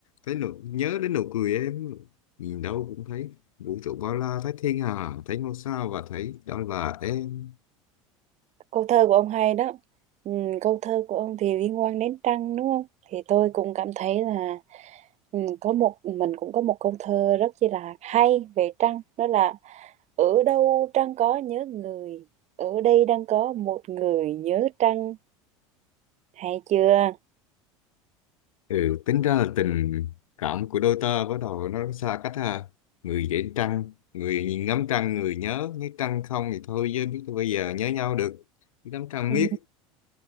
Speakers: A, on the left; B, on the right.
A: thấy nụ, nhớ đến nụ cười em nhìn đâu cũng thấy vũ trụ bao la thấy thiên hà thấy ngôi sao và thấy đó là em
B: câu thơ của ông hay đó ừ, câu thơ của ông thì liên quan đến trăng đúng không thì tôi cũng cảm thấy là ừ, có một mình cũng có một câu thơ rất chi là hay về trăng đó là ở đâu trăng có nhớ người ở đây đang có một người nhớ trăng hay chưa
A: ừ tính ra là tình cảm của đôi ta bắt đầu nó xa cách ha người để trăng người nhìn ngắm trăng người nhớ nếu trăng không thì thôi chứ biết bây giờ nhớ nhau được ngắm trăng
B: ừ.
A: miết